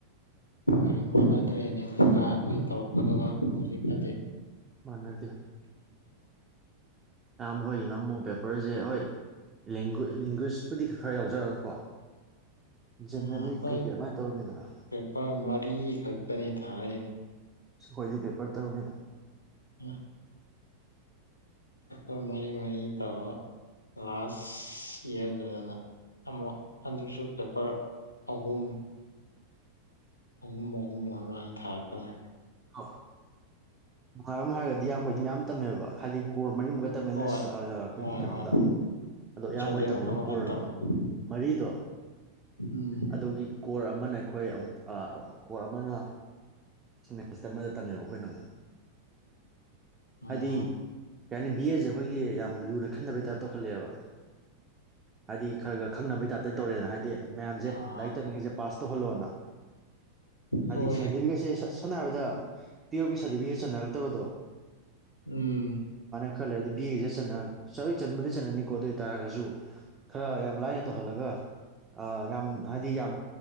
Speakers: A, on the left; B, on the right.
A: ꯍꯣꯏꯅꯦ ꯃꯥꯟꯅꯗ꯭ꯔꯦꯅꯦꯀꯥ ꯑꯩꯈꯣꯏ ꯇꯧꯔꯛꯄꯗꯨꯒ ꯍꯧꯖꯤꯀꯗꯤ
B: ꯃꯅꯗꯤ ꯀꯝ ꯍꯅ ꯨ ꯄꯦꯄꯔꯁꯦ ꯍꯣꯏ ꯂꯦꯡꯒ꯭ꯋꯤꯁꯄꯨꯗꯤ ꯈꯔ ꯈꯔ ꯌꯥꯎꯖꯔꯒꯀꯣ ꯖꯦꯅꯔꯦꯜ
A: ꯎꯝ ꯑꯩꯈꯣꯏ
B: ꯀꯩꯀꯩ ꯑꯗꯨꯃꯥꯏꯅ ꯇꯧꯔꯝꯃꯤꯗꯅ
A: ꯄꯦꯄꯔ ꯃꯔꯤ ꯈꯛꯇꯅꯤ ꯊꯥꯔꯛꯏꯅ
B: ꯍꯣꯏꯗꯤ ꯄꯦꯄꯔ ꯇꯔꯨꯅꯦꯒ
A: ꯎꯝ ꯄꯦꯄꯔ ꯃꯔꯤ ꯃꯔꯤ ꯇꯧꯔꯒ ꯂꯥꯁ ꯏꯌꯥꯔꯗꯨꯗꯅ ꯑꯃ ꯑꯗꯨꯁꯨ ꯄꯦꯄꯔ ꯑꯍꯨꯝ ꯑꯍꯨꯝ ꯑꯍꯨꯝ ꯑꯃꯗ ꯊꯥꯔꯛꯄꯗ
B: ꯑ ꯅꯨꯡꯉꯥꯏꯔꯝ ꯍꯥꯏꯔꯒꯗꯤ ꯌꯥꯝꯌꯥꯝꯕꯗꯤ ꯃꯌꯥꯝ ꯇꯝꯃꯦꯕ ꯍꯥꯏꯗꯤ ꯀꯣꯔ ꯃꯔꯤꯃꯨꯛꯀ ꯇꯝꯃꯤꯗꯨꯅ
A: ꯍꯣꯏ
B: ꯑꯩꯈꯣꯏꯒꯤ
A: ꯍꯣꯏ
B: ꯀꯩꯅꯣꯝꯗ
A: ꯍꯣꯏ
B: ꯑꯗꯣ ꯑꯌꯥꯝꯕꯒꯤ
A: ꯁꯕꯖꯦꯛ
B: ꯇꯝꯃꯤꯕ
A: ꯃꯈꯜ ꯃꯈꯜ
B: ꯀꯣꯔ
A: ꯇꯝꯕ
B: ꯃꯔꯤꯗꯣ
A: ꯎꯝ
B: ꯑꯗꯨꯒꯤ ꯀꯣꯔ ꯑꯃꯅ ꯑꯩꯈꯣꯏ ꯑꯃꯨ ꯀꯣꯔꯣꯛ ꯑꯃꯅ ꯃꯦꯁꯇ ꯑꯃꯗ ꯇꯝꯃꯦꯕ ꯑꯩꯈꯣꯏꯅ ꯑꯃꯨꯛ
A: ꯑꯥ
B: ꯑꯗꯤ ꯀꯩ ꯍꯥꯏꯅꯤ ꯕꯤ ꯑꯦꯁꯦ ꯑꯩꯈꯣꯏꯒꯤ ꯌꯥꯝ ꯂꯨꯅ ꯈꯟꯅꯕꯩ ꯇꯥꯏꯞꯇ ꯇꯧꯈꯠꯂꯛꯑꯦꯕ ꯍꯥꯏꯗꯤ ꯈꯔ ꯈꯔ ꯈꯪꯅꯕꯩ ꯇꯥꯏꯞꯇ ꯇꯧꯔꯦꯗꯅ ꯍꯥꯏꯗꯤ ꯃꯌꯥꯝꯁꯦ
A: ꯑꯥ
B: ꯂꯥꯏꯔꯤꯛ ꯇꯝꯅꯤꯡꯉꯩꯤꯁꯦ ꯄꯥꯁ ꯇꯣꯍꯂꯅ ꯍꯥꯏꯗꯤ
A: ꯍꯣꯏ
B: ꯁꯔꯇꯤꯐꯤꯀꯦꯠꯁꯦ ꯍꯥꯏꯔꯕꯗ ꯇꯨꯌꯦꯞꯀꯤ ꯁꯥꯔꯇꯤꯐꯤꯀꯦꯠ ꯆꯟꯅꯔꯛꯇꯕꯗꯣ
A: ꯎꯝ
B: ꯈꯜ ꯂꯩꯔꯗꯤ ꯕꯤ ꯑꯦꯁꯦ ꯆꯠꯅ ꯆꯣꯏ ꯆꯟ ꯃꯗ ꯆꯠꯅꯅꯤꯀꯣ ꯑꯗꯨ ꯑꯣꯏ ꯇꯥꯔꯒꯁꯨ ꯈꯔ ꯌꯥꯝ ꯂꯥꯏꯅ ꯇꯧꯍꯜꯂꯒ ꯌꯥꯝ ꯍꯥꯏꯗꯤ ꯌꯥꯝ